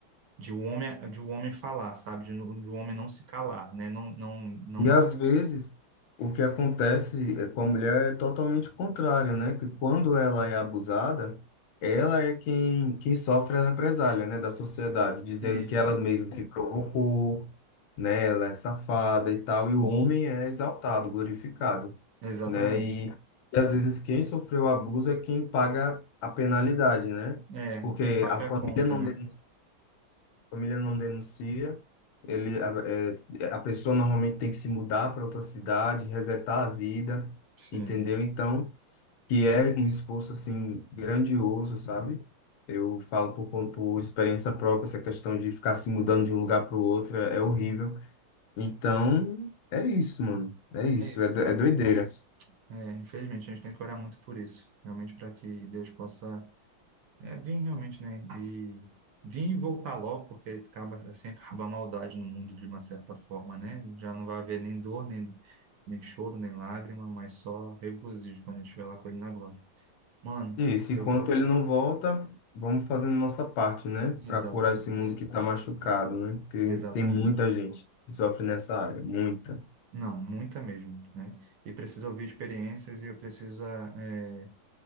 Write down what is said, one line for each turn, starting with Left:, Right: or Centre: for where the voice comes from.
Right: de o homem, de o homem falar, sabe? De, de o homem não se calar, né? Não, não, não...
Left: E às vezes o que acontece é com a mulher é totalmente o contrário, né? Que quando ela é abusada, ela é quem, quem sofre a represália, né, da sociedade, dizendo
Right: Isso,
Left: que ela mesma que provocou, né? Ela é safada e tal,
Right: sim.
Left: e o homem é exaltado, glorificado,
Right: Exatamente.
Left: né? E, e às vezes quem sofreu o abuso é quem paga a penalidade, né?
Right: É,
Left: Porque
Right: quem paga
Left: a família
Right: a conta,
Left: não
Right: né?
Left: denuncia família não denuncia. Ele, a, é, a pessoa normalmente tem que se mudar para outra cidade, resetar a vida,
Right: Sim.
Left: entendeu? Então, que é um esforço assim grandioso, sabe? Eu falo por, con- por experiência própria, essa questão de ficar se mudando de um lugar para o outro é horrível. Então, é isso, mano. É isso,
Right: É isso,
Left: é, do-
Right: mano.
Left: é doideira.
Right: É, infelizmente, a gente tem que orar muito por isso. Realmente, para que Deus possa é, vir realmente, né? E vir e voltar logo, porque acaba, assim acaba a maldade no mundo de uma certa forma, né? Já não vai haver nem dor, nem, nem choro, nem lágrima, mas só regozijo quando a gente estiver lá com ele na glória. Mano,
Left: Isso, enquanto
Right: eu vou.
Left: ele não volta, vamos fazendo nossa parte, né? Para
Right: Exatamente.
Left: curar esse mundo que está machucado, né? Porque
Right: Exatamente.
Left: tem muita gente que sofre nessa área, muita.
Right: Não, muita mesmo, né? E precisa ouvir experiências e eu preciso é,